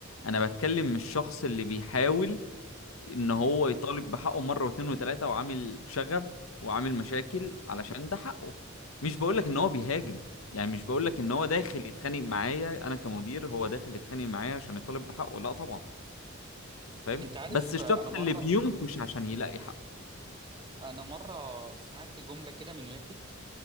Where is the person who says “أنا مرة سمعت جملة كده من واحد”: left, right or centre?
Right